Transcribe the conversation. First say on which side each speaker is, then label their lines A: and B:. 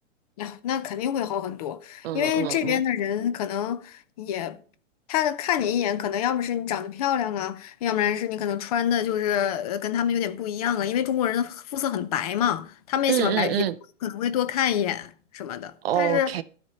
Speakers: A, on the left; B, on the right.
A: 呀，那肯定会好很多，
B: 嗯嗯嗯
A: 因为这边的人可能也，他看你一眼，可能要么是你长得漂亮啊，要不然是你可能穿的就是呃跟他们有点不一样啊，因为中国人的肤色很白嘛，他们也喜欢白皮肤，
B: 嗯嗯嗯
A: 可能会多看一眼什么的。
B: ，OK
A: 但是，